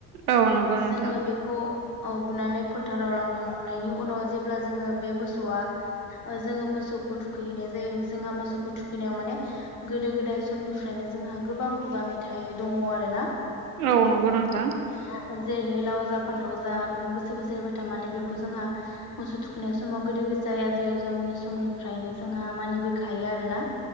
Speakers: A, on the right; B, on the left.
A: औ नंगौ
B: ओ
A: नोंथां
B: जोङो बेखौ ओ बुनानै फोथाराव लांखांनायनि उनाव जेब्ला जोङो बे मोसौआ ओ जोङो मोसौखौ थुखैहैनाय जायो जोंहा मोसौखौ थुखै नायाव माने गोदो गोदाय समनिफ्रायनो जोंहा गोबां खुगा मेथाइ दङ आरोना।
A: औ नंगौ नोंथां
B: <unintelligible> जेरैहाय लाव जा फान्थाव जा बेफोर बोसोर बोसोर एरबाय था माने बेखौ जोंहा मोसौ थुखनाय समाव गोदो गोदाय आजै आजौमोननि समनिफ्रायनो जोंहा मानिबोखायो आरो ना।